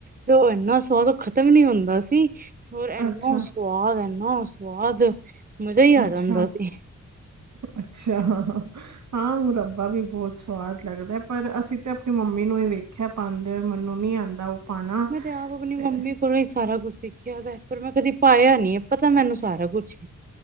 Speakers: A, on the right (about 30°); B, on the right (about 70°).
A: ਤੇ ਉਹ ਇਨਾ ਸਵਾਦ ਖਤਮ ਨਹੀਂ ਹੁੰਦਾ ਸੀ। ਹੋਰ ਏਹਨਾ
B: ਅੱਛਾ
A: ਸਵਾਦ-ਏਹਨਾ ਸਵਾਦ ਮਜ਼ਾ ਹੀ ਆ
B: ਅੱਛਾ-ਅੱਛਾ
A: ਜਾਂਦਾ ਸੀ।
B: ਹਾਂ, ਮੁਰੱਬਾ ਵੀ ਬਹੁਤ ਸਵਾਦ ਲੱਗਦਾ ਪਰ ਅਸੀਂ ਤੇ ਆਪਣੀ ਮੰਮੀ ਨੂੰ ਹੀ ਵੇਖਿਆ। ਪੰੰਦ ਮਨੂੰ ਨੀ ਆਉਂਦਾ ਉਹ ਪਾਉਣਾ
A: ਮੈਂ ਤੇ ਆਪ ਆਪਣੀ
B: ਤੇ
A: ਮੰਮੀ <unintelligible> ਹੀ ਸਾਰਾ ਕੁਛ ਸਿੱਖਿਆ ਦਾ ਪਰ ਮੈਂ ਕਦੀ ਪਾਇਆ ਨੀ ਹੈ ਪਤਾ ਮੈਨੂੰ ਸਾਰਾ ਕੁਛ।